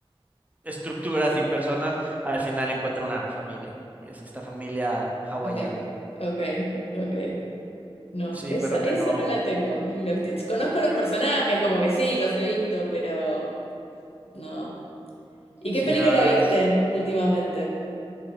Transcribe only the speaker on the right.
estructuras y personas, al final encuentra una familia. Y es esta familia hawaiana.
Sí,
pero
tengo.
Sí,
la verdad
es.